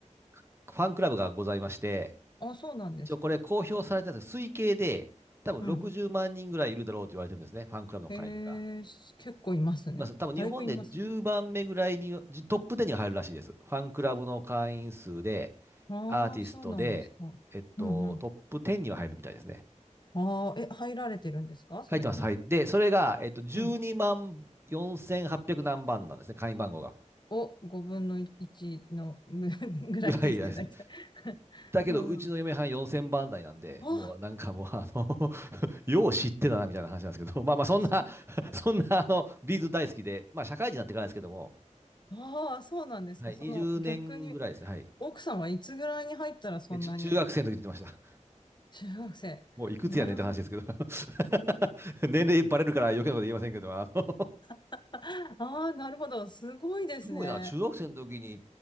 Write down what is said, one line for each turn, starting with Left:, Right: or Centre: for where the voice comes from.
Right: ファンクラブがございまして、
Left: あ、そうなんですか。
Right: 一応これ公表されたんですけど推計で、多分60万人ぐらいいるだろうと言われてるんですね、
Left: うん。
Right: ファンクラブの会員が。
Left: えー、す結構いますね。
Right: まあ、多分日本で10番目ぐらいに、
Left: だいぶいますね。
Right: じトップ10に入るらしいです。ファンクラブの会員数で、
Left: ああ、
Right: アーティストで、
Left: そうなんですか。
Right: えっと、
Left: うんうん。
Right: トップ10には入るみたいですね。
Left: ああ、え、入られてるんですかそれに。
Right: 入ってます。はい。で、それが、えっと、12万4800何番なんですね、
Left: うん。
Right: 会員番号が。
Left: お、5分の1のぐ <laughs> ぐらいですね、
Right: ぐらいです
Left: 大体。<laughs>
Right: だけど、
Left: うんうん。
Right: うちの嫁はん4000番台なんで、
Left: あ、
Right: もうなんかもう、あの <laughs> よう知ってたなみたいな話なんですけど、<laughs> まあまあ、そんな
Left: それは。
Right: <laughs> そんな、あの、ビーズ大好きで、まあ、社会人になってからですけども、
Left: ああ、そうなんですか。
Right: はい、
Left: その逆に、
Right: 20年ぐらいですね、はい。
Left: 奥さんはいつぐらいに入ったらそんなに
Right: えちゅ中学生の時って言ってました。
Left: 中学生。
Right: もういくつやねんって話ですけど
Left: <laughs> なるほど。
Right: <laughs>、年齢バレるから余計なこと言いませんけど、あの
Left: <laughs> ああ、なるほど。すごいですね。
Right: <laughs> すごいな、中学生の時にっ